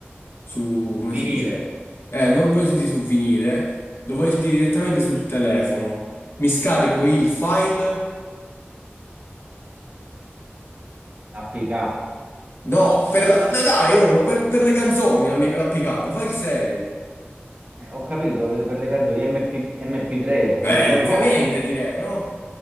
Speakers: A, on the left; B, on the right.
A: su, come
B: vinile
A: si dice? Eh, non voglio sentire su vinile, lo voglio sentire direttamente sul telefono. Mi scarico il file.
B: APK,
A: No, per la... Beh, dai, oh, ma per, per le canzoni, la, mi- la PK, fai il serio.
B: eh, ho capito eh, per le canzoni MP, MP3, MP4,
A: Eh, ovviamente direi, no?